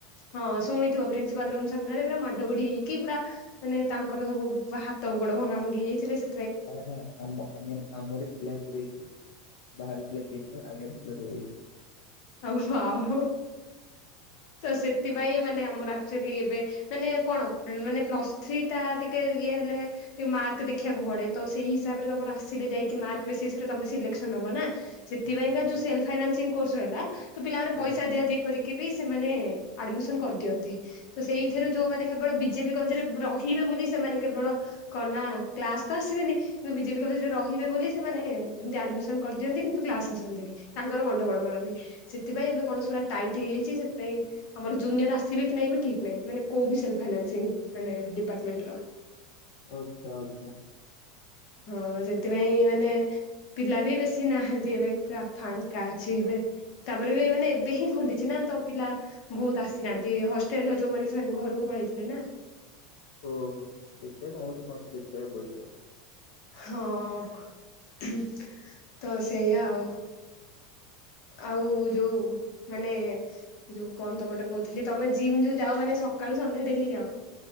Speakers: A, on the left (about 45°); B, on the left (about 60°).
A: ହଁ ଶୁଣିଥିବ, ପ୍ରିନ୍ସିପାଲ ରୁମ୍ ସାମ୍ନାରେ ପୁରା ମାଡଗୁଡି କି ପୁରା ମାନେ ତା ତାଙ୍କର ସବୁ ହାତ ଗୋଡ ଭଙ୍ଗା ଭାଙ୍ଗି ଯାଇଥିଲେ, ସେ
B: ନା ନା ଆମ ଆମ ଆମରି ପିଲା ସବୁ ହେଇଥିଲେ, ବାହାର ପିଲା କେହି ନୁହେଁ ହେଇଥିବ।
A: ହଉ ହ ତ ସେଥିପାଇଁ ମାନେ ଆମର ଆକ୍ଚୁଆଲି ଏବେ ମାନେ କଣ ମାନେ ପ୍ଲସ୍ ଥ୍ରୀ ଟା ଟିକେ ଇଏ ହେଲେ ମାର୍କ ଦେଖିବାକୁ ପଡେ ତ ସେଇ ହିସାବରେ, ତମର ଆସିଲେ ଯାଇକି ମାର୍କ ବେସିସରେ ତମେ ସିଲେକ୍ସନ ହବ ନା। ସେଥିପାଇଁକା
B: ଆଚ୍ଛା।
A: ଯୋଉ ସେଲଫାଇନାସିଂ କୋର୍ସ ରହିଲା, ପିଲମାନେ ପଇସା
B: ଆଜ୍ଞା।
A: ଦିଆଦୀ କରିକି ବି ସେମାନେ ଆଡମିସନ କରିଦିଅନ୍ତି। ସେଇଥି
B: ଆଚ୍ଛା
A: ଯୋଉମାନେ କେବଳ ବିଜେପି କଲେଜରେ ରହିବେ ବୋଲି। ସେମାନେ କେବଳ କଣନା କ୍ଲାସ ତ ଆସିବେନି। କିନ୍ତୁ ବିଜେପି କଲେଜରେ ରହିବେ ବୋଲି ସେମାନେ ଏମିତି ଆଡମିସନ କରିଦିଅନ୍ତି କିନ୍ତୁ କ୍ଲାସ ଆସନ୍ତିନି। ତାଙ୍କର ଗଣ୍ଡଗୋଳ କରନ୍ତି, ସେଥିପାଇଁ ଏବେ କଣ ପୁରା ଟାଇଟ୍ ହେଇଯାଇଛି ସେଥିପାଇଁ ଆମର ଜୁନିୟର ଆସିବେ କି ନାହିଁ ଠିକ ନାହିଁ, ମାନେ କୋଉ ବିଷୟରେ ଫାଇନାନ୍ସ ହେଇନି ଡିପାର୍ଟମେଣ୍ଟର
B: ଓ ଆଚ୍ଛା ଆଚ୍ଛା।
A: ହଁ ସେଥିପାଇଁ ମାନେ ପିଲା ବି ବେଶୀ ନାହାନ୍ତି, ଏବେ ପୁରା ଫାଙ୍କା ଅଛି ଏବେ। ତାପରେ ବି ମାନେ ଏବେ ହିଁ ଖୋଲିଛି ନା ତ ପିଲା ବହୁତ ଆସିନାହାନ୍ତି, ହଷ୍ଟେଲରେ ଯୋଉମାନେ ସେମାନେ ଘରକୁ ପଳେଇଥିଲେ ନା
B: ଓହୋ ଦେଖିବାକୁ କଣ ହଉ, କଣ ଦେଖିବାକୁ ପଡ଼ିବ ଆଉ
A: ହଁ ତ ସେଇଆ ଆଉ। ଆଉ ଯୋଉ ମାନେ ଯୋଉ କଣ ତ ଗୋଟେ କହୁଥିଲି? ତମେ ଜିମ୍ ଯୋଉ ଯାଅ ମାନେ ସକାଳୁ ସନ୍ଧ୍ୟା ଡେଲି ଯାଅ?